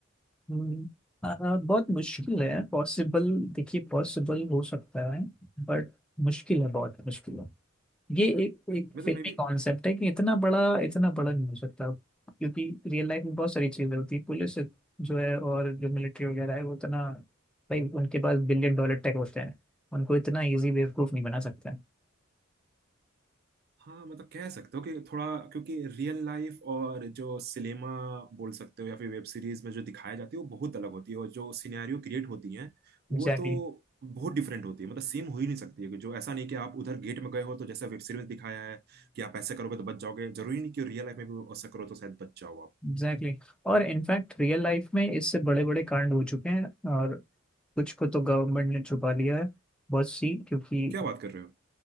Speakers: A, in the centre; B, on the right.
A: हम्म, आ, बहुत मुश्किल है पॉसिबल देखिए पॉसिबल हो सकता है बट मुश्किल है बहुत मुश्किल है ये एक एक
B: मतलब
A: फिल्मी
B: मे बी
A: कॉन्सेप्ट है कि इतना बड़ा इतना बड़ा नहीं हो सकता क्योंकि रियल लाइफ में बहुत सारी चीजें होती है पुलिस जो है और जो मिलिट्री वगैरह है वो इतना भाई उनके पास बिलियन डॉलर टेक होते हैं उनको इतना इजी बेवकूफ नहीं बना सकते
B: हाँ मतलब कह सकते हो कि थोड़ा क्योंकि रियल लाइफ और जो सिनेमा बोल सकते हो या फिर वेब सीरीज में जो दिखाई जाती है वो बहुत अलग होती है और जो सिनेरियो क्रिएट होती हैं
A: Exactly
B: वो तो बहुत डिफरेंट होती है मतलब सेम हो ही नहीं सकती है कि जो ऐसा नहीं कि आप उधर गेट में गए हो तो जैसा वेब सीरीज में दिखाया है कि आप ऐसे करोगे तो बच जाओगे जरूरी नहीं कि रियल लाइफ में भी ऐसा करो तो शायद बच जाओ आप
A: exactly exactly. और इनफैक्ट रियल लाइफ में इससे बड़े बड़े कांड हो चुके हैं और कुछ को तो गवर्नमेंट ने छुपा लिया है बहुत सी क्योंकि
B: क्या बात कर रहे हो